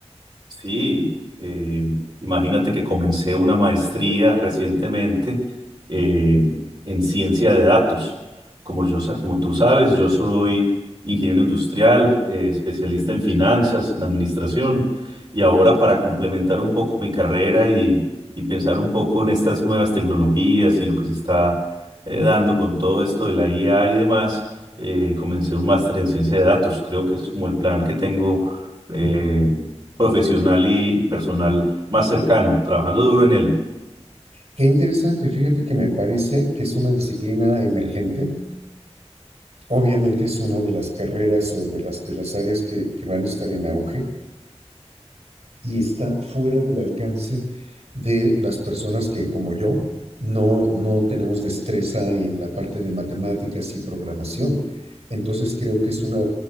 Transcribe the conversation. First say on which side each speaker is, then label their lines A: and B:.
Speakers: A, on the right (about 40°); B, on the right (about 65°).
A: Sí, eh, imagínate que comencé una maestría recientemente eh, en ciencia de datos. Como yo, sa- como tú sabes, yo soy ingeniero industrial, eh, especialista en finanzas, en administración, y ahora para complementar un poco mi carrera y, y pensar un poco en estas nuevas tecnologías y lo que se está eh, dando con todo esto de la IA y demás, eh, comencé un máster en ciencia de datos. Creo que ese es como el plan que tengo. eh, profesional y, y personal más cercano, trabajando duro en él.
B: Qué interesante, fíjate que me parece que es una disciplina emergente. Obviamente es una de las carreras o de las, de las áreas que, que van a estar en auge. y está fuera del alcance de las personas que, como yo, no, no tenemos destreza en la parte de matemáticas y programación. Entonces creo que es una,